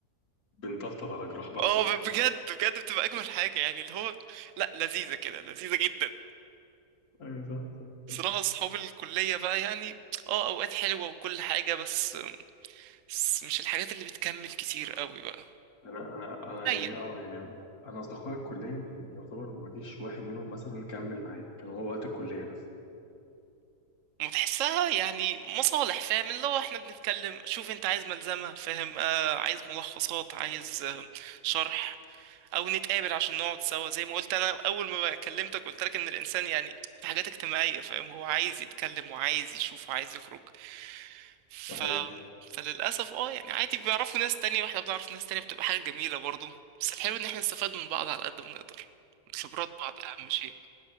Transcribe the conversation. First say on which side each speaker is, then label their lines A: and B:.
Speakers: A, on the left (about 65°); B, on the right (about 65°).
A: بنطبطب على جراح بعض
B: اه
A: يعني
B: ب- بجد بجد بتبقى اجمل حاجة يعني اللي هو لا لذيذة كده لذيذة جدا
A: ايوه صح صح
B: صراحة أصحاب الكلية بقى يعني اه أوقات حلوة وكل حاجة بس, بس مش الحاجات اللي بتكمل كتير قوي بقى
A: انا انا انا
B: قليل
A: يعني اه يعني انا اصدقائي الكليه م- يعتبر ما فيش واحد منهم مثلا كمل معايا كان هو وقت الكليه بس
B: وتحسها يعني مصالح فاهم اللي هو احنا بنتكلم شوف انت عايز ملزمة فاهم آه عايز ملخصات عايز آه شرح او نتقابل عشان نقعد سوا زي ما قلت انا اول ما كلمتك قلت لك ان الانسان يعني في حاجات اجتماعيه فاهم هو عايز يتكلم وعايز يشوف وعايز يخرج ف...
A: صحيح
B: فللاسف اه يعني عادي بيعرفوا ناس تانية واحنا بنعرف ناس تانية بتبقى حاجه جميله برضو بس الحلو ان احنا نستفاد من بعض على قد ما نقدر خبرات بعض اهم شيء